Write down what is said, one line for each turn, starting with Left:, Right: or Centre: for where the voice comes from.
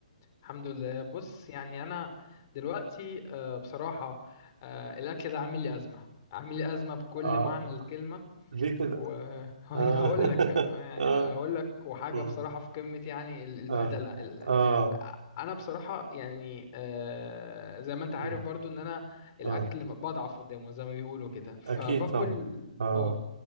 Left: الحمد لله بص يعني انا دلوقتي آه، بصراحة آه، الاكل ده عامل لي ازمة عامل لي ازمة بكل
Right: اه
Left: معنى الكلمة
Right: ليه كده
Left: و... <laughs> وانا
Right: اه
Left: هقول
Right: <laughs>
Left: لك يعني
Right: اه
Left: هقول لك وحاجه
Right: مم.
Left: بصراحه في قمه يعني ال- البهدله
Right: اه
Left: ال...
Right: اه
Left: انا بصراحه يعني آه، زي ما انت عارف
Right: مم.
Left: برضو ان انا الاكل
Right: اه
Left: بضعف قدامه زي ما بيقولوا كده فباكل
Right: اكيد طبعا اه
Left: اه